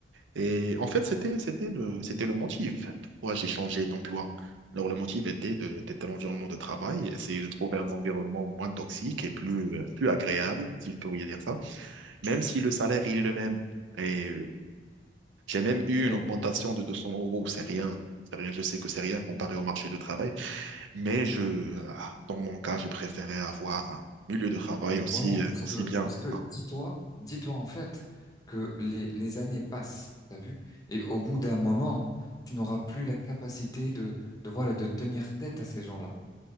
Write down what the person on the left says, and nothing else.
Mais.
Mais
voilà,
parce
que,
parce que
dis-toi, dis-toi en fait que les, les années passent, t'as vu? Et au bout d'un moment, tu n'auras plus la capacité de, de, voilà, de tenir tête à ces gens-là.